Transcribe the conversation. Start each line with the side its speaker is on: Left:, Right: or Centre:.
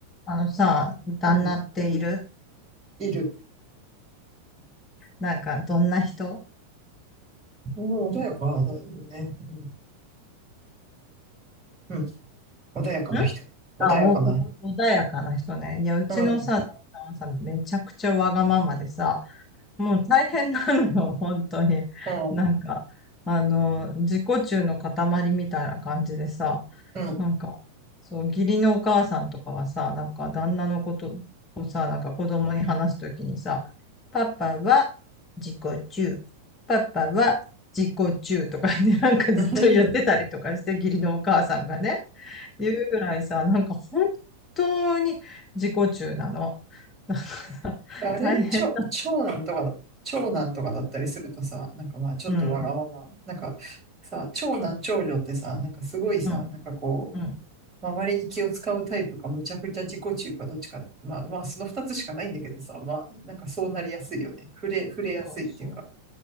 Left: あのさ、旦那っている
Right: うん、いる。
Left: なんか、どんな人
Right: うん、穏やかだよね。うん、うん、穏やかな人。
Left: ん
Right: 穏やかな。
Left: あ、お、お穏やかな人ね。いや、うちのさ、
Right: うん、
Left: 旦那はさ、めちゃくちゃわがままでさ、もう大変なのよ、<laughs> 本当に。
Right: うん、
Left: なんか、あの、自己中の塊みたいな感じでさ、
Right: うん。
Left: なんか、そう、義理のお母さんとかはさ、なんか旦那のことをさ、なんか子供に話すときにさ、パパは自己中、パパは自己中とかね、<laughs> なんかずっと言ってたりとかして、
Right: <laughs>
Left: 義理のお母さんがね、言うぐらいさ、なんか本当に自己中なの。<laughs> なんかさ大変だ。
Right: あれちょ、長男とかだ、長男とかだったりするとさ、なんかまあちょっとわがまま、
Left: うん、
Right: なんかさ、長男長女ってさ、なんかすごいさ、
Left: うん、
Right: なんかこ
Left: うん。
Right: う、周りに気を使うタイプか、むちゃくちゃ自己中か、どっちか、まあまあその二つしかないんだけどさ、まあなんかそうなりやすいよね。触れ、触れやすいっていうか。
Left: そうそう。